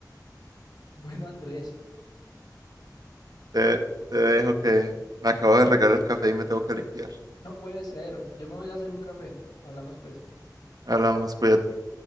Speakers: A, on the left; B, on the right.
A: Bueno, Andrés,
B: Te, te dejo que me acabo de regar el café y me tengo que limpiar.
A: no puede ser. Yo me voy a ir a hacer un café. Hablamos pues.
B: Hablamos, cuídate.